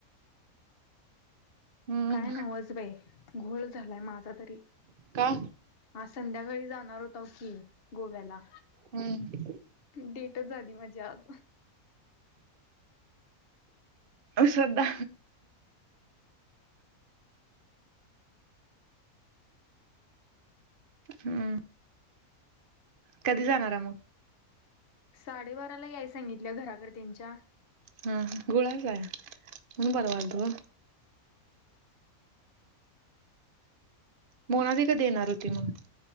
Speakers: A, on the right; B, on the left.
A: हम्म
B: काय नव्हच बाई, घोळ झालाय माझा तरी.
A: का?
B: आज संध्याकाळी जाणार होताव की गोव्याला
A: हमम.
B: डेटच झाली माझी आज
A: श्रद्धा हम्म. कधी जाणारय मग?
B: साडेबाराला याय सांगितलय घराकडे त्यांच्या.
A: हा गुळाचाय म्हणुन बोलवालतो. मोणाली कधी ऐणार होती मग?